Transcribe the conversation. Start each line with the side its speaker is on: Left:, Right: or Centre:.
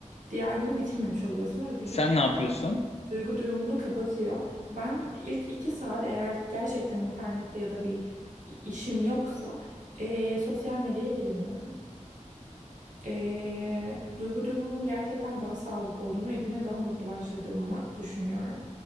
Right: Diğer günü bitirmemiş oluyorsun ve vücut
Left: Sen ne yapıyorsun?
Right: duygu durumunu kapatıyor. Ben ilk iki saat eğer gerçekten internette ya da bir işim yoksa eee, sosyal medyaya girmiyorum. Eee, duygu durumumun gerçekten daha sağlıklı olduğunu ve güne daha mutlu başladığımı düşünüyorum.